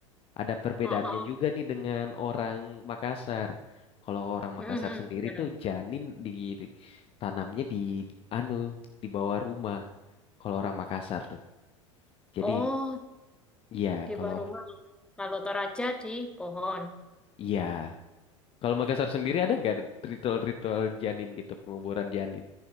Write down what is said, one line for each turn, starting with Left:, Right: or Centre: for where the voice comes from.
Left: ada perbedaannya
Centre: Oh, oh,
Left: juga
Centre: oh.
Left: nih dengan orang Makassar. Kalau orang Makassar
Centre: Hmm, hmm,
Left: sendiri
Centre: Gimana?
Left: tuh janin ditanamnya di anu di bawah rumah. Kalau orang Makassar tuh. Jadi
Centre: Oh,
Left: ya
Centre: di
Left: kalau
Centre: bawah rumah. Kalau Toraja di pohon.
Left: ya kalau Makassar sendiri ada nggak ritual-ritual janin gitu penguburan janin?